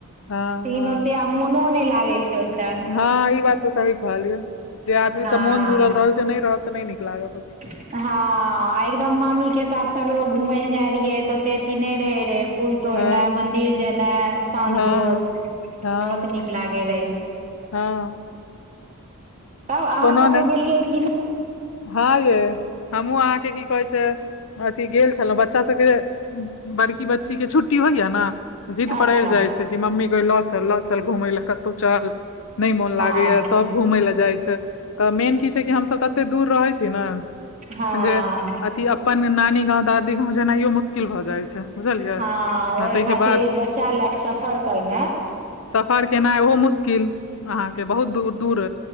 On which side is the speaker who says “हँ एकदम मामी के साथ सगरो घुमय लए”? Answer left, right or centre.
Right